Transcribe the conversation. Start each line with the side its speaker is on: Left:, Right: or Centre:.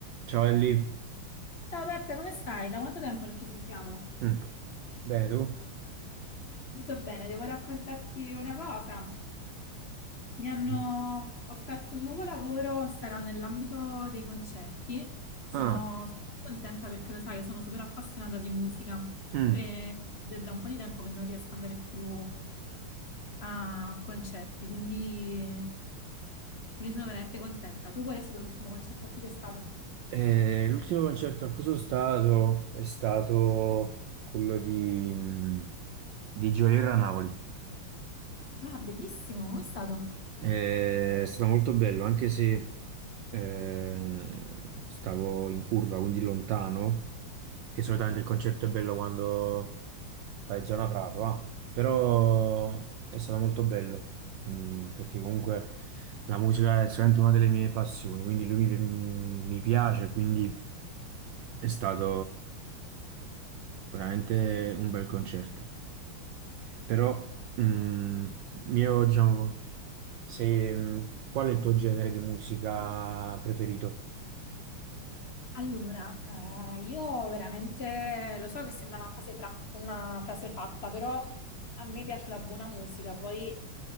Right: Ciao Ellie.
Left: Ciao Peppe, come stai? Da quanto tempo non ci sentiamo?
Right: Mm. Bene, tu?
Left: Tutto bene, devo raccontarti una cosa. Mi hanno
Right: Mm.
Left: offerto un nuovo lavoro, sarà nell'ambito dei concerti. Sono
Right: Ah,
Left: super contenta perché lo sai, io sono super appassionata di musica
Right: mm.
Left: e- ed è da un po' di tempo che non riesco ad andare più a concerti, quindi, quindi sono veramente contenta. Tu qual è stato l'ultimo concerto a cui sei stato?
Right: Eh, l'ultimo concerto a cui sono stato è stato quello di, mm, di Giolirra a Napoli.
Left: Ah, bellissimo, come è stato?
Right: Eh, È stato molto bello, anche se eh, stavo in curva, quindi lontano, che solitamente il concerto è bello quando fai zona Prato, ah. Però è stato molto bello, mm, perché comunque la musica è sicuramente una delle mie passioni, quindi lui mi, mi piace, quindi è stato veramente un bel concerto. Però, mm, io, diciamo, se, mm, qual è il tuo genere di musica preferito?
Left: Allora, eh, io veramente lo so che sembra una frase, fra- una frase fatta, però a me piace la buona musica, poi